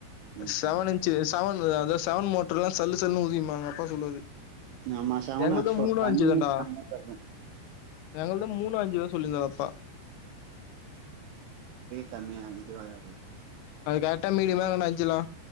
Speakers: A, on the right; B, on the left.
A: ம்
B: செவன்
A: ம் ம்
B: இன்ச்சு செவன் அதா செவன் மோட்ரெலா சல்லு சல்லுன் உறியுமா எங்கப்பா சொல்லுவாரு
A: ஆமா செவன்
B: எங்கள்து
A: ஹார்ஸ் பவர்
B: மூணு
A: தண்ணியும்
B: அஞ்சுதாண்டா
A: செம தண்ணி.
B: எங்கள்து மூணு அஞ்சு சொல்லிகாரு அப்பா
A: கமியாகுது அதல்
B: அது கரெக்டா மீடியமா இல்ல அஞ்சுலா